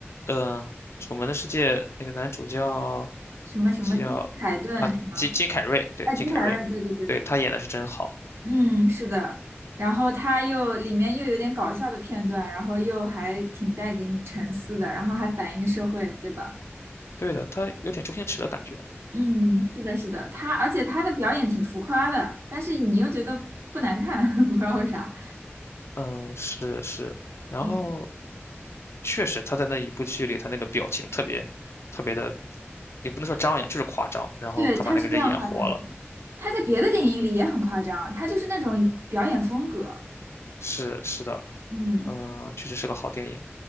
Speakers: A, on the left; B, on the right.
A: 嗯、楚门的世界》那个男主叫
B: 什么什么金凯顿什么，
A: 叫啊金金凯瑞，对金凯瑞，
B: 啊，金凯瑞，对对对对，
A: 对他演的是真好，
B: 嗯，是的。然后他又里面又有点搞笑的片段，然后又还挺带给你沉思的，然后还反映社会，对吧？
A: 对的，他有点周星驰的感觉，
B: 嗯，是的，是的，他，而且他的表演挺浮夸的，但是你又觉得不难看，<laughs> 不知道为啥。
A: 嗯，是是，然后
B: 嗯，
A: 确实他在那一部剧里，他那个表情特别特别的，也不能说张扬，就是夸张，然后他把那个人演活了，
B: 对，他是非常夸张的，他在别的电影里也很夸张，他就是那种表演风格。
A: 是是的，
B: 嗯，
A: 嗯，确实是个好电影，